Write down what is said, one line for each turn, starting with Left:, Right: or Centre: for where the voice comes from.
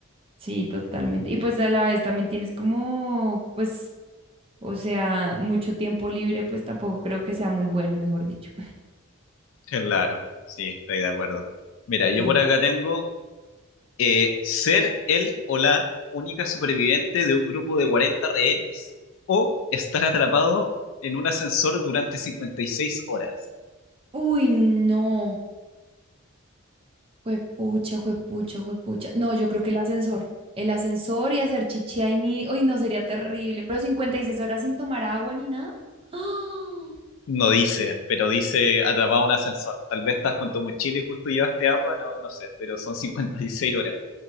Right: Sí, totalmente. Y pues a la vez también tienes como, pues, o sea, mucho tiempo libre, pues tampoco creo que sea muy bueno, mejor dicho.
Left: Claro, sí, estoy de acuerdo. Mira, yo
Right: Sí.
Left: por acá tengo eh, ser el o la única superviviente de un grupo de 40 rehenes o estar atrapado en un ascensor durante 56 horas.
Right: Uy, no. Juepucha, juepucha, juepucha. No, yo creo que el ascensor. El ascensor y hacer chichi ahí mi. Uy, no, sería terrible. Pero 56 horas sin tomar agua ni nada. ¡Ah!
Left: No dice, pero dice atrapado en un ascensor. Tal vez estás con tu mochila y justo llevaste agua, no, no sé, pero son 56 horas.